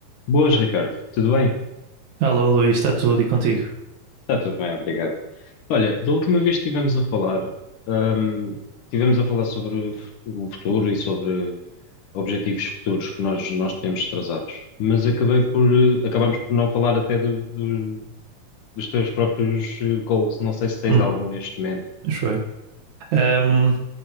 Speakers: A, on the left; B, on the right.
A: Boas, Ricardo. Tudo bem?
B: Alô, Luís, está tudo e contigo?
A: Está tudo bem, obrigado. Olha, da última vez que estivemos a falar, hum, estivemos a falar sobre o fu- o futuro e sobre objetivos futuros que nós, nós temos traçados, mas acabei por, eh, acabámos por não falar até do- do- dos teus próprios eh, goals. Não sei se tens
B: Hum,
A: algum neste momento.
B: acho eu. Um,